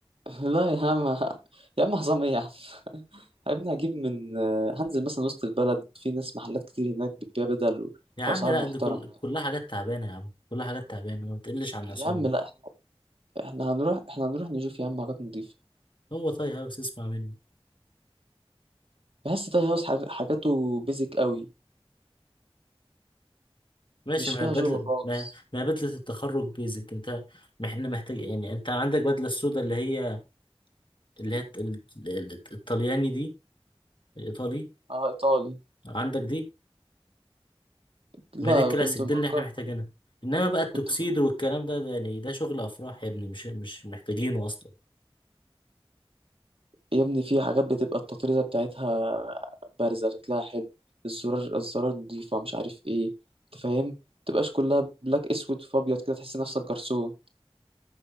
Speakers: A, on the right; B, on the left.
A: لا يا عم يا عم حظام ايه يا عم <laughs> يا ابني هجيب من هنزل مثلا وسط البلد في ناس محلات كتير هناك بتبيع بدل و-
B: يا عم
A: واسعار
B: لا
A: محترمه
B: دي كل...
A: يعني.
B: كلها حاجات تعبانة يا عم كلها حاجات تعبانة ما بتقلش عن العصام
A: يا عم لا احنا احنا هنروح احنا هنروح نشوف يا عم حاجات نضيفه
B: هو طاي هاوس اسمع مني
A: بحس تاي هاوس حاج- حاجاته بيزك قوي
B: ماشي
A: مش
B: ما
A: فيها
B: هي بدل
A: شغل خالص
B: ما ما هي بدلة التخرج بيزك انت احنا محتاج يعني انت عندك بدلة السودا اللي هي اللي هي الت- ال- ال- الطلياني دي الايطالي
A: اه ايطالي
B: عندك دي
A: لا
B: ما هي دي الكلاسيك
A: كنت مأجر
B: دي اللي احنا محتاجينها انما بقى التوكسيدو
A: كنت مأجر
B: والكلام ده, ده يعني ده شغل افراح يا ابني مش مش محتاجينه اصلا
A: يا ابني في حاجات بتبقى التطريزه بتاعتها بارزه شكلها حلو الزرار الزرار نضيفه مش عارف ايه انت فاهم متبقاش كلها بلاك اسود فابيض كده تحس نفسك جرسون